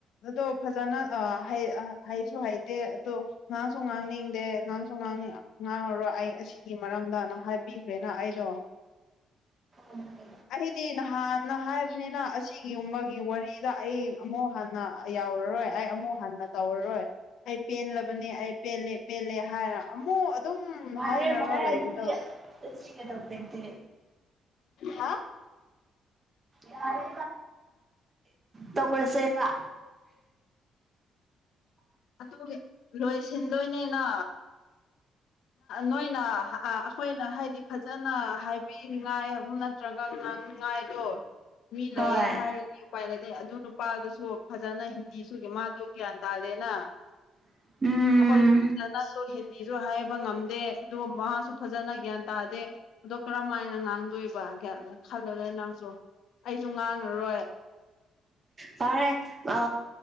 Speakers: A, on the left (about 80°); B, on the right (about 35°).
A: ꯑꯗꯣ ꯐꯖꯅ ꯍꯥꯏꯁꯨ ꯍꯥꯏꯩꯇꯦ ꯑꯗ ꯉꯥꯡꯁꯨ ꯉꯥꯡꯅꯤꯡꯗꯦ ꯉꯥꯡꯁꯨ ꯉꯥꯡꯅꯤꯡ ꯉꯥꯡꯉꯔꯣꯏ ꯑꯩ ꯑꯁꯤꯒꯤ ꯃꯔꯝꯗꯅ ꯍꯥꯏꯕꯤ ꯭ꯔꯦꯅ ꯑꯩꯗꯣ
B: ꯎꯝ
A: ꯑꯩꯗꯤ ꯅꯍꯥꯟꯅ ꯍꯥꯏꯕꯅꯤꯅ ꯑꯁꯤꯒꯤꯒꯨꯝꯕꯒꯤ ꯋꯥꯔꯤꯗ ꯑꯩ ꯑꯃꯨꯛ ꯍꯥꯟꯅ ꯇꯧꯔꯔꯣꯏ ꯑꯩ ꯑꯃꯨꯛ ꯍꯟꯅ ꯇꯧꯔꯔꯣꯏ ꯑꯩ ꯄꯦꯟꯦꯜꯂꯕꯅꯤ ꯑꯩ ꯄꯦꯜꯂꯦ ꯄꯦꯜꯂꯦ ꯍꯥꯏꯔ ꯑꯃꯨꯛ ꯑꯗꯨꯝ ꯍꯥꯏꯅꯔꯒ
B: ꯄꯦ ꯄ
A: ꯂꯩꯕꯗꯣ
B: ꯑꯗꯨꯗꯤꯦ ꯇꯣꯄꯛꯇ
A: ꯍꯥ
B: ꯌꯥꯔꯦ ꯇꯈꯔꯁꯦꯕ
A: ꯑꯗꯨ ꯂꯣꯏꯁꯤꯟꯗꯣꯏꯅꯦꯅ ꯅꯣꯏꯅ ꯑꯩꯈꯣꯏꯅ ꯍꯥꯏꯗꯤ ꯐꯖꯅ ꯍꯥꯏꯕꯤꯅꯤꯡꯉꯥꯏ ꯑꯗꯨ ꯅꯠꯇ꯭ꯔꯒ ꯍꯪ ꯅꯨꯡꯉꯥꯏꯇꯣ ꯃꯤ ꯂꯩꯌꯦꯦ
B: ꯍꯣꯏ
A: ꯍꯥꯏꯔꯗꯤ ꯎꯄꯥꯏ ꯂꯩꯇꯦ ꯑꯗꯨ ꯅꯨꯄꯥꯗꯨꯁꯨ ꯐꯖꯅ ꯍꯤꯟꯗꯤꯁꯨꯒꯤ ꯃꯥꯗꯣ ꯒ꯭ꯌꯥꯟ ꯇꯥꯔꯦ ꯅ
B: <inaudible> ꯎꯝ
A: ꯑꯣꯏ ꯍꯤꯟꯁꯨ ꯍꯥꯏ ꯉꯝꯗꯦ ꯑꯗꯨꯒ ꯃꯍꯥꯛꯁꯨ ꯐꯖꯅ ꯒ꯭ꯌꯥꯟ ꯇꯥꯗꯦ ꯑꯗꯣ ꯀꯔꯝ ꯍꯥꯏꯅ ꯉꯥꯡꯗꯣꯏꯕ ꯈꯜꯂꯗ ꯅꯪꯁꯨ ꯑꯩꯁꯨ ꯉꯥꯡꯉꯔꯣꯏ
B: ꯐꯔꯦ ꯑ